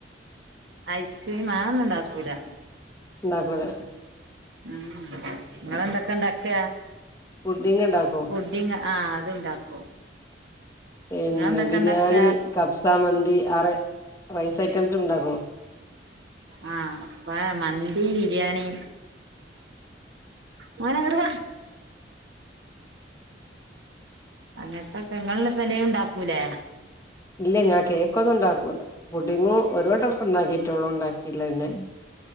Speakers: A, on the right; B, on the left.
A: ഐസ്ക്രീം ആ ഒന്നും ഒണ്ടാക്കൂല.
B: ഇണ്ടാകൂല.
A: ഉം ഇങ്ങളെന്തൊക്കെണ്ടാക്ക
B: ഫുഡിങ്ങ് ഇണ്ടാക്കും.
A: ഫുഡിങ്ങ് ആ അതുണ്ടാക്കും.
B: പിന്നെ
A: നിങ്ങളെന്തൊക്കെ
B: ബിരിയാണി
A: ഇണ്ടാക്ക
B: കപ്സാ മന്തി ആറെ റൈസ് ഐറ്റംസ് ഉണ്ടാക്കും
A: ആ അപ്പ മന്തി ബിരിയാണി. മോന് എങ്ങോട്ടുപോവാ അങ്ങനത്തെ പെങ്ങള് പെല ഉണ്ടാക്കൂലേ
B: ഇല്ല ഞാൻ കേക്കൊന്നും ഉണ്ടാക്കൂല പുടിങ്ങും ഒരു വട്ടൊണ്ടാക്കിട്ടൊള്ളൂ ഉണ്ടാക്കില്ല പിന്നെ.